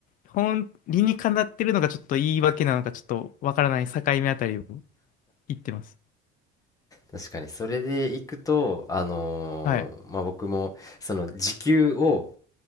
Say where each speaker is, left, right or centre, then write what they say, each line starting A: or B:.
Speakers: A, on the left; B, on the left.
A: 本理にかなってるのがちょっと言い訳なのかちょっとわからない境目あたりを言ってます。
B: 確かに。それでいくと、あのーまあ、
A: はい。
B: 僕も、その時給を